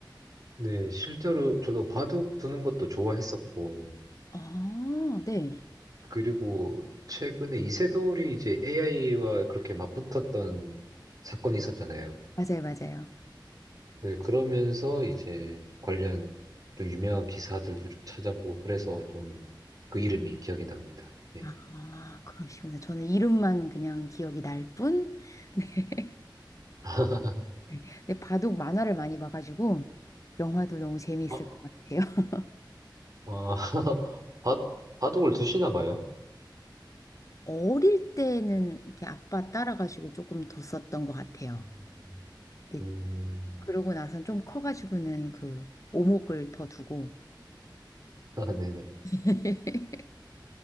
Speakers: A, on the right; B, on the left.
A: 네. 실제로 저도 바둑 두는 것도 좋아했었고,
B: 아, 네.
A: 그리고 최근에 이세돌이 이제 AI와 그렇게 맞붙었던 사건이 있었잖아요.
B: 맞아요, 맞아요.
A: 네, 그러면서 이제 관련 좀 유명한 기사들도 좀 찾아보고, 그래서 좀 그 이름이 기억이 납니다. 예.
B: 아, 그러시구나. 저는 이름만 그냥 기억이 날 뿐. <laughs> 네.
A: <laughs>
B: 네, 근데 바둑 만화를 많이 봐가지고 영화도 너무 재미있을
A: 어,
B: 것 같아요. <laughs>
A: 어, <laughs> 바, 바둑을 두시나 봐요?
B: 어릴 때는 이렇게 아빠 따라가지고 조금 더 썼던 것 같아요.
A: 음, <laughs>
B: 근데
A: 음.
B: 그러고 나선 좀 커가지고는 그 오목을 더 두고
A: 네네.
B: <laughs>